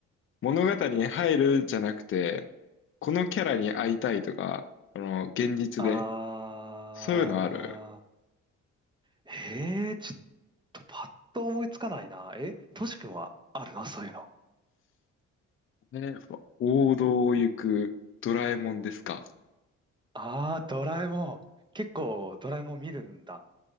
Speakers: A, on the left (about 45°); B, on the right (about 15°).
A: 物語に入るじゃなくて、このキャラに会いたいとか、あの、現実で
B: あ
A: そういうのある。
B: ー、えー、ちょっとパッと思いつかないな。え、トシ君はあるのそういうの。
A: ね、ふわ王道を行くドラえもんですか。
B: あー、ドラえもん。結構ドラえもん見るんだ。